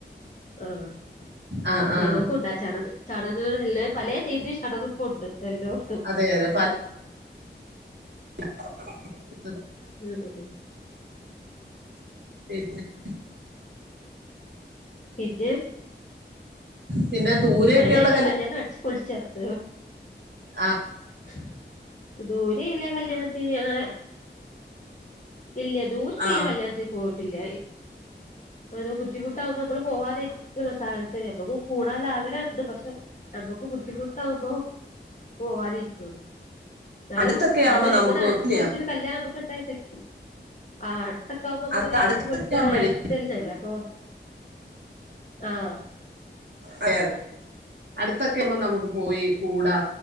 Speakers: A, on the left; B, on the right.
A: ആ
B: ആ ആ
A: ഏതൊക്കെ ഉണ്ടാ ചടങ്ങ് ചടങ്ങുകളെല്ലാം പലേ തീയതിയിൽ തടകുപ്പ് ഉണ്ട് എല്ലോർത്തും
B: അതെ അതെ ഉ <unintelligible>
A: ഉ <unintelligible>
B: പ <unintelligible>
A: പിന്നെ
B: പിന്നെ ദൂരെയൊക്കെയുള്ള
A: അങ്ങനെ ഞങ്ങള് കല്യാണം അടച്ച്ു പൊളിച്ചുത്ത
B: ആഹ്
A: <inaudible> <unintelligible> ദൂരെല്ല കല്യാണത്തിന് ങ്ങനെ ഇല്ല ദൂർക്കെല്ലാം
B: ആ
A: കല്യാണത്തി പോയിട്ട് ഇല്ല ോ ബുദ്ധിമുട്ടകുമ്പോ നമ്മള് പോവാാനരിക്കും നമ്മുക്ക് കൂടാൽ ആഗ്രഹംുണ്ട് പക്ഷെ നമ്മുക്ക് ബുദ്ധിമുട്ടാാവുമ്പോ പോവാതിരിക്കും എന്നാലും
B: അടുത്തൊക്കെ ആവുമ്പോ
A: അല്ല
B: നമുക്ക്
A: ഇങ്ങനെ അടിച്ചച്ച്
B: ഇല്ല
A: പൊളിച്ചിട്ട് കല്യാണം നമുക്ക് ഉണ്ടായി <inaudible> <unintelligible> ആ അടുത്തൊക്കാവുമ്പോമ്മൊക്ക
B: അത് അടുത്തൊക്കെ
A: അടിച്ചുൊളിച്ചാ
B: ആവുമ്പോഴേ
A: ല്ല അപ്പൊ ആഹ
B: അയതെ അടുത്തൊക്കെമ്മ നമുക്ക് പോയി കൂടാ